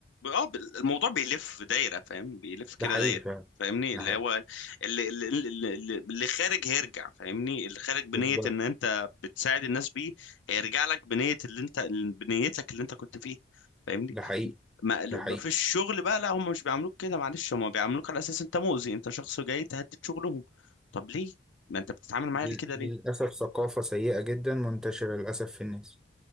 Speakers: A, on the left; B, in the centre.
A: اه بال- الموضوع بيلف دايره فاهم بيلف كده
B: ده حقيقي
A: دايره
B: فعلا
A: فاهمني
B: ده
A: اللي
B: حقيقي
A: هو اللي اللي, اللي, اللي اللي خارج هيرجع فاهمني اللي خارج بنيه
B: بالظبط
A: ان انت بتساعد الناس بيه هيرجع لك بنيه اللي انت بنيتك اللي انت كنت فيها فاهمني
B: ده حقيقي
A: ما ما
B: ده حقيقي
A: في الشغل بقى لا هم مش بيعاملوك كده معلش هم بيعاملوك على اساس انت مؤذي انت شخص جاي تهدد شغلهم طب ليه ما انت بتتعامل معايا
B: دي
A: ليه كده
B: دي
A: ليه
B: للأسف ثقافة سيئة جدا منتشرة للأسف في الناس